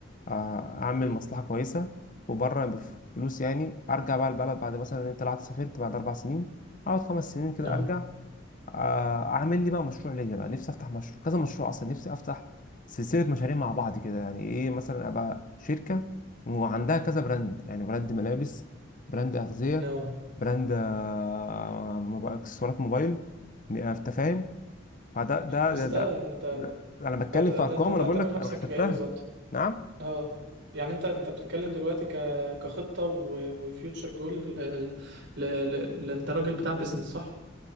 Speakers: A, on the left; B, on the right.
A: آه، اعمل
B: أمم.
A: مصلحه كويسه وبره بفلوس يعني ارجع بقى البلد بعد مثلا انت طلعت سافرت بعد اربع سنين اقعد خمس سنين كده
B: اه
A: ارجع آه، اعمل لي بقى مشروع ليا بقى نفسي افتح مشروع كذا مشروع اصلا نفسي افتح سلسله مشاريع مع بعض كده يعني ايه مثلا ابقى شركه وعندها كذا براند يعني براند ملابس براند اغذيه
B: اه
A: براند آه، موب- اكسسوارات موبايل ن- آه، انت فاهم فده ده
B: بس
A: ده,
B: ده
A: ده,
B: ده
A: ده انا بتكلم
B: ده ده,
A: في
B: ده
A: ارقام
B: انت تعتبر
A: انا بقول لك
B: نفسك
A: انا حسبتها
B: ايه بالظبط
A: نعم
B: اه يعني انت انت بتتكلم دلوقتي ك كخطة وفيوتشر جول ل... ل... ل... ل... انت راجل بتاع بيزنس صح؟